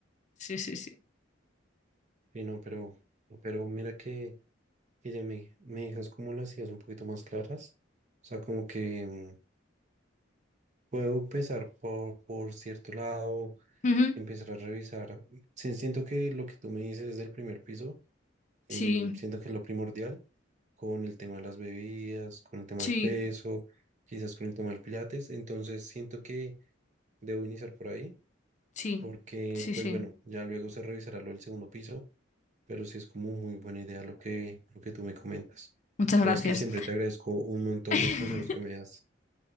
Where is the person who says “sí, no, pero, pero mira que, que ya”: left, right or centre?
Right